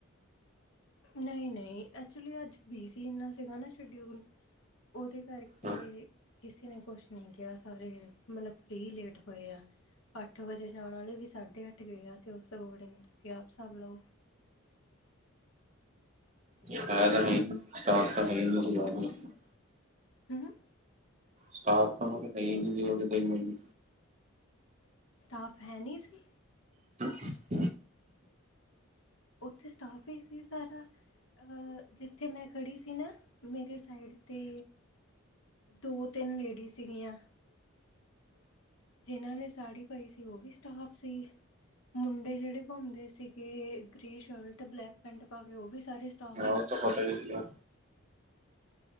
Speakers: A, on the left; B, on the right.
A: ਨਈ-ਨਈ, ਐਕਚੁਲੀ ਅੱਜ ਬਿਜੀ ਇੰਨਾ ਸੀਗਾ ਨਾ ਸ਼ਡਿਊਲ। ਔਦੇ ਕਰਕੇ
B: ਹਾਂ
A: ਕਿਸੇ ਨੇ ਕੁਛ ਨਹੀ ਕਿਆ ਸਾਰੇ ਮਤਲਬ ਫਰੀ ਲੇਟ ਹੋਏ ਆ। ਅੱਠ ਵਜੇ ਜਾਣ ਆਲੇ ਵੀ ਸਾਢੇ ਅੱਠ ਗਏ ਆ ਅਤੇ ਉਸ ਅਕੋਰਡਿੰਗ ਤੁਸੀਂ ਆਪ ਹਸਾਬ ਲਾਔ।
B: <unintelligible> ਫਾਇਦਾ ਹੈ ਨੀ ਸਟਾਪ ਤਾਂ ਹੈ <unintelligible>
A: ਹੂੰ
B: ਸਾਫ ਤਾਂ ਮੈਂ ਉਨੂੰ ਕਹੀ ਨੀ ਵੀ ਉਨੇ ਮੈਨੂੰ।
A: ਸਟਾਫ ਹੈ ਨੀ ਸੀ?
B: <unintelligible>
A: ਔਥੇ ਸਟਾਫ ਈ ਸੀ ਸਾਰਾ ਅ ਜਿੱ ਥੇ ਮੈਂ ਖੜ੍ਹੀ ਸੀ ਨਾ ਮੇਰੇ ਸਾਈਡ ਤੇ ਦੋ-ਤਿੰਨ ਲੇਡੀ ਸੀਗੀਆਂ। ਜਿਨਾਂ ਨੇ ਸਾੜੀ ਪਾਈ ਸੀ ਔ ਵੀ ਸਟਾਫ ਸੀ। ਮੁੰਡੇ ਜੇੜੇ ਘੁੰਮਦੇ ਸੀਗੇ ਗ੍ਰੇ ਸ਼ਰਟ, ਬਲੈਕ ਪੈਂਟ ਪਾ ਕੇ ਔ ਵੀ ਸਾਰੇ ਸਟਾ
B: ਔ ਤੇ ਪਤਾ ਈ ਸੀਗਾ।